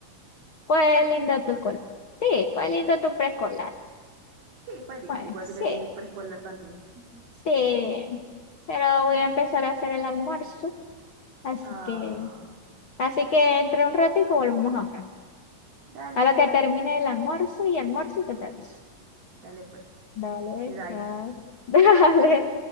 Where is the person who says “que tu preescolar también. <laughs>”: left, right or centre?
Right